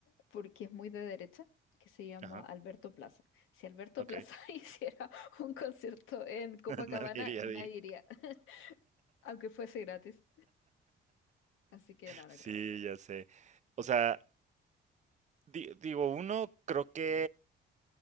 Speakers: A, on the left; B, on the right.
A: porque es muy de derecha, que se llama
B: Ajá,
A: Alberto Plaza. Si Alberto
B: ok.
A: Plaza <laughs> hiciera un concierto en Copacabana,
B: <laughs> Nadie diría,
A: nadie
B: di-
A: iría, <laughs> aunque fuese gratis. Así que no,
B: sí,
A: no creo.
B: ya sé. O sea, di- digo, uno creo que